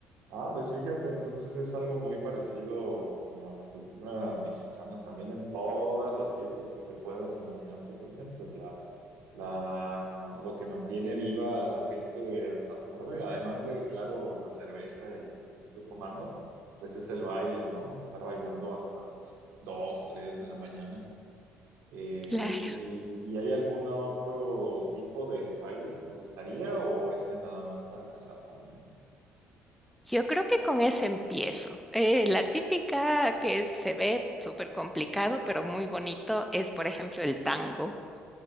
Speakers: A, on the right (about 70°); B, in the centre.
A: Ah, pues fíjate, entonces es algo muy parecido como a la cultura mexicana. También en todas las fiestas que te puedas imaginar que se hacen, pues la, la, lo que mantiene viva a la gente hasta tarde, además de, claro, la cerveza y lo que se esté tomando, pues es el baile, ¿no? Estar bailando hasta las 2, 3 de la mañana. Eh,
B: Claro,
A: y, ¿Y hay algún otro tipo de baile que te gustaría o ese nada más para empezar por el momento?
B: yo creo que con eso empiezo. Eh, la típica que se ve súper complicado, pero muy bonito, es por ejemplo el tango.